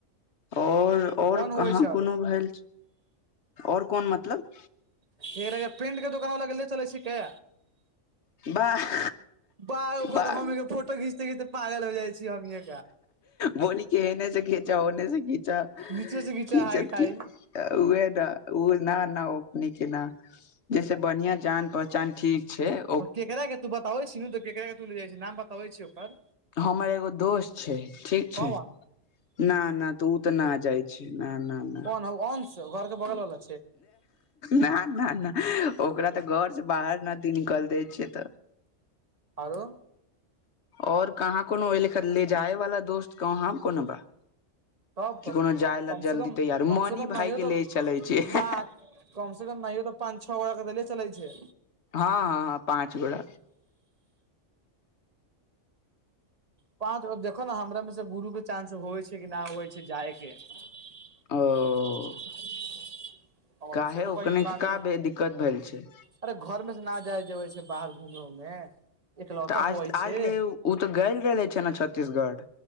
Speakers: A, on the left; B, on the right.
A: आओर आओर
B: कोन होइ
A: कहाँ
B: छै आरो
A: कोनो भेल आओर कोन मतलब
B: ककरा के प्रेंट के द दुोकान वला ग गेलदी <inaudible> चलै छिकै
A: बाह
B: बा ओका
A: बाह
B: तऽ हमही के फोटो घींचते खीचते पागल हो जाइ छी हमीके
A: बोली क एने से खीचा ओने से खीचा
B: नीचे से घीचा
A: खीचत
B: हाइ टाइ
A: की उहे न ओ न ना ओ न के न जैसे बढ़िआं जान पहचान ठीक छैय
B: केकरा के तू बताबै छ न त केकरा के तू ले जाइ छै नाम बताबै छी ओकर
A: हमा एगो दोस्त छैय ठीक छैय
B: कौन
A: ना ना उ तऽ नहि जाइ छै न नहि
B: <inaudible> घरके बगल बला
A: ना ना ना ओकरा तऽ घर से बाहर न निकल दैय छैय तऽ
B: आओरो
A: और कहाँ कोनो ओहि लेा ले जाय वाला दोस्त कहाँ कोनो बा
B: तब
A: कि
B: तब
A: कोनो जाय ला
B: कम
A: जल्दी
B: से कम
A: तैयार
B: कम
A: मनी
B: से कम
A: भाय
B: नहि हो तऽ
A: के ले चले छी हँ
B: बा कम से कम नहिय त पाँच छओ गोरे के दै ले चलै छै
A: हँ हँ हँ पाँच गोरे
B: पाँच बेर देखो ने हमरा मे से गुरु के चानंस होइ छै कि नहि होइ छै जाय के <unintelligible>
A: ओ काहे ओकने
B: कही बाद
A: का
B: मे
A: दिक्कत भेल छै
B: अरे घर मे से न जाय जेबै छै बाहर घूमों ल एकलौता
A: तऽ आज
B: होवै
A: आज
B: छै
A: ले ओ त गइल रहले छै ने छत्तीसगढ़